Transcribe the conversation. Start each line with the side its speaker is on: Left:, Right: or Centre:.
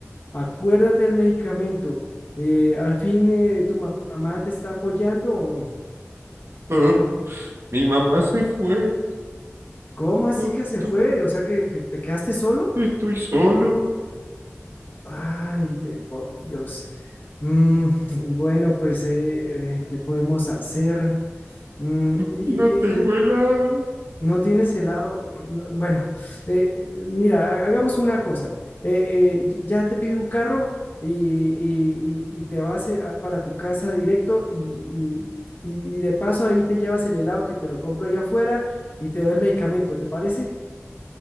Left: Acuérdate del medicamento. eh, al fin, eh, ¿tu ma- mamá te está apoyando o no?
Right: doctor. Mi mamá se fue,
Left: ¿Cómo así
Right: doctor.
Left: que se fue? O sea, que que te quedaste solo.
Right: Estoy solo
Left: Ay, de por Dios. Mm, bueno, pues, eh, eh, ¿qué podemos hacer? Mm, y, y-
Right: y no tengo
Left: y
Right: helado.
Left: no tienes helado. No, bueno, eh, mira, ha- hagamos una cosa. Eh, eh, y- ya te pido un carro y, y- y- y te vas eh, a- para tu casa directo y, y y- y de paso ahí te llevas el helado que te lo compro allá afuera y te doy el medicamento, ¿te parece?